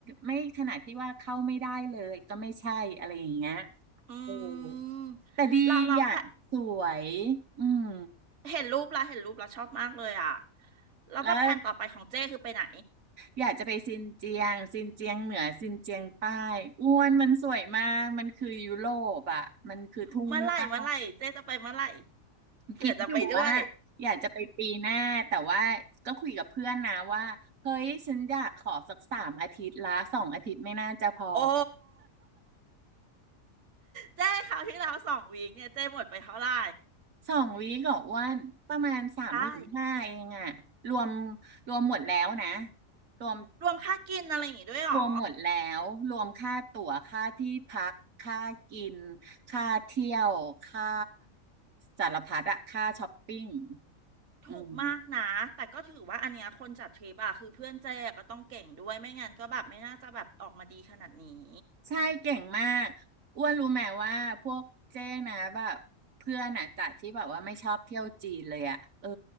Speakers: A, on the right; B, on the right.
A: ไม่ขนาดที่ว่าเข้าไม่ได้เลยก็ไม่ใช่อะไรอย่างเงี้ย
B: อื
A: โอ้
B: ม
A: แต่ดีอ่ะสวย
B: เราเราแพ
A: อืม
B: เห็นรูปแล้วเห็นรูปแล้วชอบมากเลยอ่ะ แล้วว่าแผนต่อไปของเจ้คือไปไหน
A: แล้วอยากจะไปซินเจียงซินเจียงเหนือซินเจียงใต้อ้วนมันสวยมากมันคือยุโรปอ่ะมันคือทุ่งหญ้า
B: เมื่อไหร่เมื่อไหร่เจ้จะไปเมื่อไหร่เผื่อจะไปด้วย
A: คิดอยู่ว่าอยากจะไปปีหน้าแต่ว่าก็คุยกับเพื่อนนะว่าเฮ้ยฉันอยากขอสักสามอาทิตย์ละสองอาทิตย์ไม่น่าจะพอ
B: <laughs> โอ้เจ้คราวที่แล้วสองวีคเนี่ยเจ้หมดไปเท่าไหร่
A: สองวีคกับว่านประมาณสามหมื่นห้าเองอะรวม
B: ได้
A: รวมหมดแล้วนะรวม
B: รวมค่ากินอะไรอย่างงี้ด้วยเหรอ
A: รวมหมดแล้วรวมค่าตั๋วค่าที่พักค่ากินค่าเที่ยวค่าสารพัดอะค่าช้อปปิ้ง
B: ถูกมากนะแต่ก็ถือว่าอันเนี้ยคนจัดทริปอะคือเพื่อนเจ๊ก็ต้องเก่งด้วยไม่งั้นก็แบบไม่น่าจะแบบออกมาดีขนาดนี้
A: อืม ใช่เก่งมากอ้วนรู้ไหมว่าพวกเจ้นะแบบเพื่อนอ่ะจากที่แบบว่าไม่ชอบเที่ยวจีนเลยอ่ะเออ